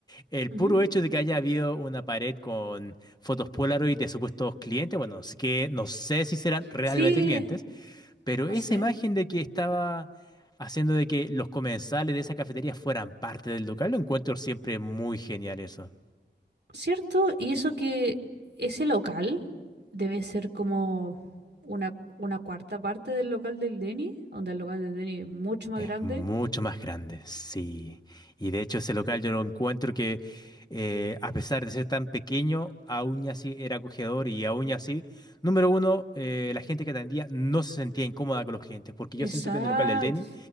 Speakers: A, on the left; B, on the right.
A: El
B: Ujú.
A: puro hecho de que haya habido una pared con fotos Polaroid de supuestos clientes, bueno, sí que no sé si serán realmente
B: Sí,
A: clientes, pero
B: no
A: esa
B: sé.
A: imagen de que estaba haciendo de que los comensales de esa cafetería fueran parte del local, lo encuentro siempre muy genial eso.
B: ¿Cierto? Y eso que ese local debe ser como una, una cuarta parte del local del Denny, donde el local del Denny es mucho más
A: Es
B: grande.
A: mucho más grande, sí. Y de hecho ese local yo lo encuentro que eh, a pesar de ser tan pequeño, aún así era acogedor y aún así, número uno, eh, la gente que atendía no se sentía incómoda con los clientes, porque
B: Exacto.
A: yo siento que en el local del Denny